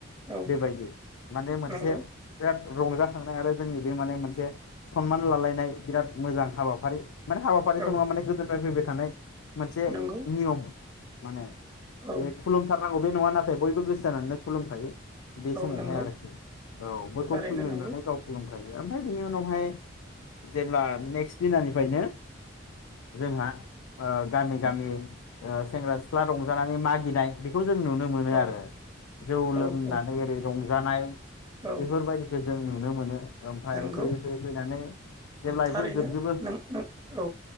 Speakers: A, on the right (about 20°); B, on the left (about 80°).
A: औ
B: बेबायदि माने मोनसे
A: नंगौ
B: बिराद रंजाखांनाय आरो जोंनि बे माने मोनसे सन्मान लालायनाय बिराद मोजां हाबाफारि माने हाबाफारिथ
A: औ
B: नङा मान गोदोफ्राय फैबाय थानाय थानाय मोनसे
A: नंगौ
B: नियम माने
A: औ
B: बे खुलुम थारनांगौ बे नङा नाथाय बयबो गोसो जानानैनो खुलुम खायो बे
A: औ
B: समावहाय
A: नंगौ
B: आरोखि औ बयखौबो
A: थारैनो
B: खुलुमनाय
A: नंगौ
B: नुनानै गाव खुलुमखायो ओमफाय बिनि उनावहाय जेब्ला नेकस दिनानिफ्रायनो जोंहा ओ गामि गामि ओ सेंग्रा सिख्ला रंजानानै मागिनाइ बेखौ जों नुनो मोनो
A: औ
B: आरो जौ लोंनानै
A: औ औ
B: ओरै रंजा जानाय
A: औ
B: बेफोरबायदि जों नुनो मोनो। ओमफाय
A: नंगौ
B: फैयै फैयै फैनानै जेब्ला
A: थारैनो
B: इफोर जोबजोबो
A: नों नों औ